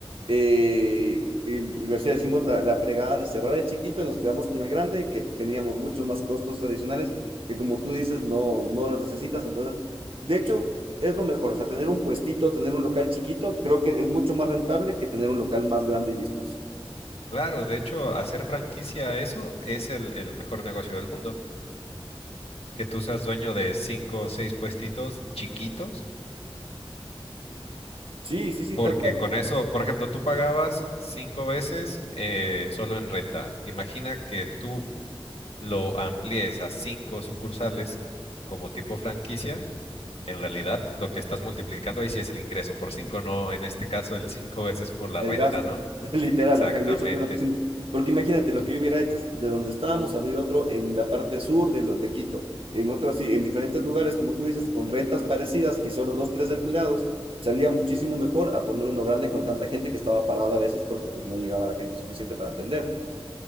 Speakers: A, on the right; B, on the left.
A: Eh, y, o sea, hicimos la, la fregada de cerrar el chiquito y nos quedamos con el grande, que teníamos muchos más costos adicionales, que como tú dices, no, no los necesitas. Entonces, de hecho, es lo mejor. O sea, tener un puestito, tener un local chiquito, creo que es mucho más rentable que tener un local más grande y vistoso.
B: Claro, de hecho, hacer franquicia a eso es el, el mejor negocio del mundo, que tú seas dueño de cinco o seis puestitos chiquitos,
A: Sí, sí, sí,
B: porque
A: tal cual.
B: con eso, por ejemplo, tú pagabas cinco veces eh, solo en renta. Imagina que tú lo amplíes a cinco sucursales como tipo franquicia. En realidad, lo que estás multiplicando ahí sí es el ingreso por cinco, no en este caso el cinco veces por la
A: El
B: renta,
A: gasto,
B: ¿no?
A: <laughs> literal,
B: Exactamente.
A: ajá, y eso fue lo que hicimos. Porque imagínate, lo que yo hubiera hecho es de donde estábamos, abrir otro en la parte sur de los de Quito, en otro así, en diferentes lugares, como tú dices, con rentas parecidas y solo dos, tres empleados, salía muchísimo mejor a poner uno grande con tanta gente que estaba parada a veces porque pues no llegaba la gente suficiente para atender.